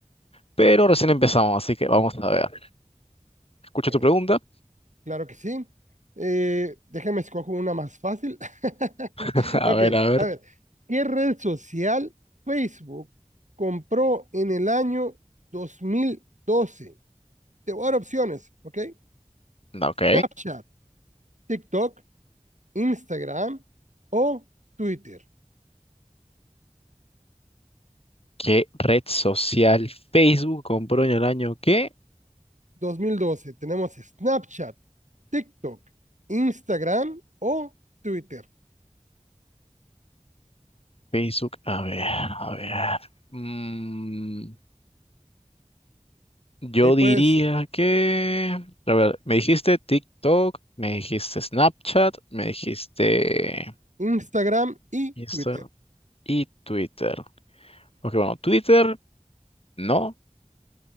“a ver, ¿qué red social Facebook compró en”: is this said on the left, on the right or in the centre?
Right